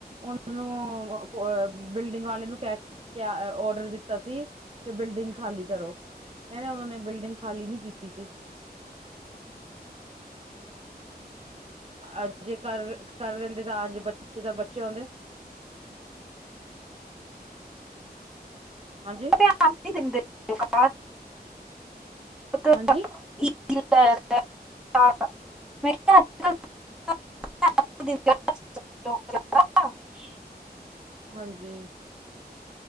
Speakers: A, on the right (about 35°); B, in the centre.
A: ਓਨਾਂ ਨੂੰ ਅ, ਵ ਬਿਲਡਿੰਗ ਵਾਲੇ ਨੂੰ ਕੈਕ ਕੇਯਾ ਅ ਔਡਰ ਦਿੱਤਾ ਸੀ, ਕੀ ਬਿਲਡਿੰਗ ਖਾਲੀ ਕਰੋ। ਕੈਂਦੇ ਓਨਾਂ ਨੇ ਬਿਲਡਿੰਗ ਖਾਲੀ ਨੀ ਕੀਤੀ ਸੀ। ਆ, ਕਰ-ਕਰ ਲੈਂਦੇ ਤਾਂ ਆੱਜ ਬੱਚੇ ਤਾਂ ਬਚੇ ਹੋਂਦੇ। ਹਾਂਜੀ
B: <inaudible> <inaudible>
A: ਹਾਂਜੀ
B: <inaudible> <inaudible>
A: ਹਾਂਜੀ